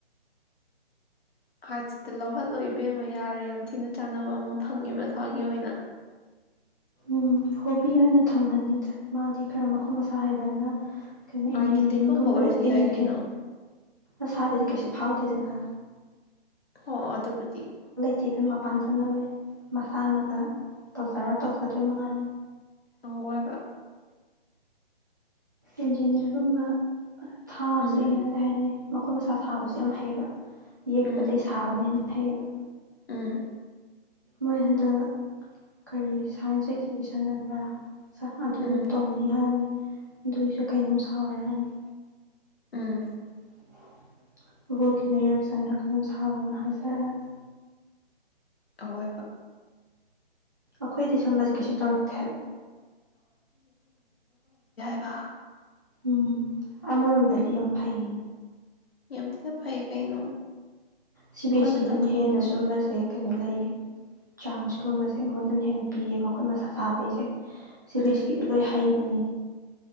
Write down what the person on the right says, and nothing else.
ꯎꯝ ꯍꯣꯕꯤ ꯑꯣꯏꯅ ꯊꯝꯍꯟꯅꯤꯗ ꯃꯥꯗꯤ ꯈꯔ ꯃꯈꯨꯠ ꯃꯁꯥ ꯍꯩꯕꯅꯤꯅ <inaudible>
ꯏꯟꯖꯤꯟꯅꯤꯌꯥꯔꯒꯨꯝꯕꯗ
ꯏꯟꯒꯦ
ꯑꯁꯥꯏꯗꯗꯤ ꯀꯩꯁꯨ ꯐꯥꯎꯗꯦꯗꯅ
ꯇꯦ ꯏꯕꯦꯃ ꯄꯥꯟ ꯆꯠꯅꯕꯩ ꯃꯁꯥꯅꯒ ꯇꯧꯖꯔ ꯇꯧꯖꯗꯣꯏ ꯃꯉꯥꯏꯔꯦ
ꯏꯟꯖꯤꯟꯅꯤꯌꯥꯔꯒꯨꯝꯕ ꯑ ꯊꯥꯁꯦꯅꯗꯤ
ꯍꯥꯏꯅꯩ ꯃꯈꯨꯠ ꯃꯁꯥ ꯁꯥꯕꯁꯨ ꯌꯥꯝ ꯍꯩꯌꯦꯕ ꯌꯦꯛꯄꯗꯩ
ꯁꯥꯕꯅ ꯍꯦꯟ ꯍꯩꯌꯦꯕ
ꯃꯣꯏ ꯍꯟꯗꯛ ꯀꯔꯤ ꯁꯥꯏꯟꯁ ꯑꯦꯛꯖꯤꯕꯤꯁꯟ ꯍꯥꯏꯕ꯭ꯔꯥ <inaudible>
ꯇꯧꯅꯤ ꯍꯥꯏꯕꯅꯤ ꯑꯗꯨꯏꯖꯨ ꯀꯩꯅꯣꯝ ꯁꯥꯎ ꯍꯥꯏꯔꯑꯅꯤ
<inaudible> ꯕꯣꯜꯀꯦꯅꯣ ꯏꯔꯞꯁꯟꯂ ꯀꯩꯅꯣꯝ ꯁꯥꯎꯅ ꯍꯥꯏꯖꯔꯅꯤ
ꯑꯈꯣꯏꯗꯤ ꯁꯨꯝꯕꯁꯦ ꯀꯩꯁꯨ ꯇꯧꯔꯛꯇꯦ ꯍꯥꯏꯕ
ꯎꯝ ꯑꯃꯔꯣꯝꯗꯗꯤ ꯌꯥꯝ ꯐꯩꯌꯦ
ꯁꯤ
ꯕꯤ ꯑꯦꯁ ꯁꯤꯒꯤꯅ
ꯍꯦꯟꯅ
ꯁꯨꯝꯕꯁꯦ ꯀꯩꯅꯣ ꯂꯩꯌꯦ ꯆꯥꯟꯁꯀꯨꯝꯕꯁꯦ ꯃꯣꯏꯗꯅ ꯍꯦꯟꯅ ꯄꯤꯌꯦ ꯃꯈꯨꯠ ꯃꯁꯥ ꯁꯥꯕꯩꯁꯦ ꯁꯤ ꯕꯤ
ꯑꯦꯁ ꯏꯗꯤ ꯂꯣꯏ ꯍꯩꯕꯅꯤ